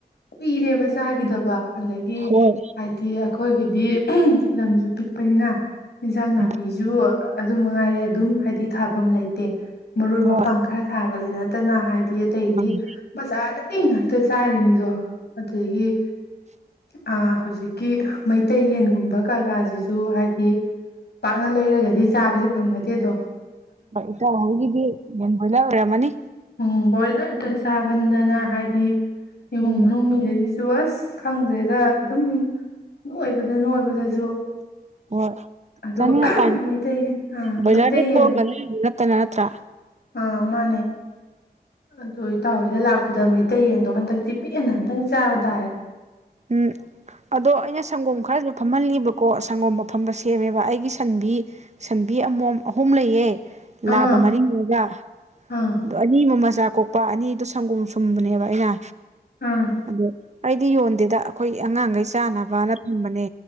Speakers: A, on the left (about 85°); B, on the right (about 45°).
A: ꯀꯨꯏꯔꯦꯕ ꯆꯥꯈꯤꯗꯕ ꯑꯗꯒꯤ
B: ꯍꯣꯏ
A: ꯍꯥꯏꯗꯤ ꯑꯩꯈꯣꯏꯒꯤꯗꯤ ꯂꯝꯁꯨ ꯄꯤꯛꯄꯅꯤꯅ ꯏꯟꯖꯥꯡ ꯅꯥꯄꯤꯁꯨ
B: ꯎꯝ
A: ꯑꯗꯨꯝꯉꯥꯏꯔꯦ ꯑꯗꯨꯝ ꯍꯥꯏꯗꯤ ꯊꯥꯐꯝ ꯂꯩꯇꯦ ꯃꯔꯣꯏ
B: ꯍꯣꯏ
A: ꯃꯄꯥꯡ ꯈꯔ ꯊꯕꯁꯤꯅ ꯀꯅꯥ ꯍꯥꯏ ꯃꯤ ꯑꯇꯩꯗꯤ
B: ꯎꯝ
A: ꯕꯖꯥꯔꯗ ꯏ ꯉꯥꯛꯇ ꯆꯥꯔꯤꯅꯤꯗꯣ ꯑꯗꯨꯗꯒꯤ ꯑ ꯍꯧꯖꯤꯛꯀꯤ ꯃꯩꯇꯩ ꯌꯦꯟꯒꯨꯝꯕ ꯀꯩꯀꯥꯁꯤꯁꯨ ꯍꯥꯏꯗꯤ ꯄꯥꯛꯅ ꯂꯩꯔꯒꯗꯤ ꯆꯥꯕꯁꯦ ꯐꯪꯅꯗꯦ ꯑꯗꯣ
B: ꯏꯇꯥꯎꯍꯣꯏꯒꯤꯗꯤ ꯌꯦꯟ ꯕꯣꯏꯂꯔ ꯑꯣꯏꯔꯝꯃꯅꯤ
A: ꯎꯝ ꯕꯣꯏꯂꯔꯗ ꯆꯥꯃꯟꯗ ꯅ ꯍꯥꯏꯗꯤ ꯏꯃꯨꯡ
B: ꯎꯝ
A: ꯃꯅꯨꯡ ꯃꯤ ꯈꯩꯁꯦ ꯇꯨ ꯑꯁ ꯈꯪꯗ꯭ꯔꯦꯗ ꯑꯗꯨꯝ ꯅꯣꯏꯕꯗ ꯅꯣꯏꯕꯗꯁꯨ
B: ꯍꯣꯏ
A: ꯑꯗꯣ
B: ꯆꯥꯅꯤꯡꯉꯀꯥꯟ
A: ꯃꯩꯇꯩ ꯑꯥ
B: ꯕꯣꯏꯂꯔꯗꯤ
A: ꯃꯩꯇꯩꯌꯦꯟ
B: ꯊꯣꯛꯑꯒꯅꯦ ꯅꯠꯇꯅ ꯅꯠꯇ꯭ꯔꯥ
A: ꯑꯥ ꯃꯥꯅꯦ ꯑꯗꯨ ꯏꯇꯥꯎ ꯍꯣꯏꯗ ꯂꯥꯛꯄꯗ ꯃꯩꯇꯩ ꯌꯦꯟꯗꯣ ꯍꯟꯗꯛꯇꯤ ꯄꯦꯟꯅ ꯑꯝꯇꯪ ꯆꯥꯕ ꯇꯥꯔꯦ
B: ꯎꯝ ꯑꯗꯣ ꯑꯩꯅ ꯁꯪꯒꯣꯝ ꯈꯔꯁꯨ ꯐꯝꯍꯜꯂꯤꯕꯀꯣ ꯁꯪꯒꯣꯝ ꯑꯐꯝꯕ ꯁꯦꯝꯃꯦꯕ ꯑꯩꯒꯤ ꯁꯟꯕꯤ ꯁꯟꯕꯤ ꯑꯃꯣꯝ ꯑꯍꯨꯝ ꯂꯩꯌꯦ ꯂꯥꯕ
A: ꯑꯥ
B: ꯃꯔꯤꯡꯉꯒ
A: ꯑꯥ
B: ꯑꯗꯨ ꯑꯅꯤꯃꯨ ꯃꯆꯥ ꯀꯣꯛ ꯅꯨꯄꯥ ꯑꯅꯤꯗꯣ ꯁꯪꯒꯣꯝ ꯁꯨꯝꯕꯅꯦꯕ ꯑꯩꯅ
A: ꯑꯝ
B: ꯑꯗꯣ ꯑꯩꯗꯤ ꯌꯣꯟꯗꯦꯗ ꯑꯩꯈꯣꯏ ꯑꯉꯥꯡꯈꯩ ꯆꯥꯅꯕꯅ ꯊꯝꯕꯅꯦ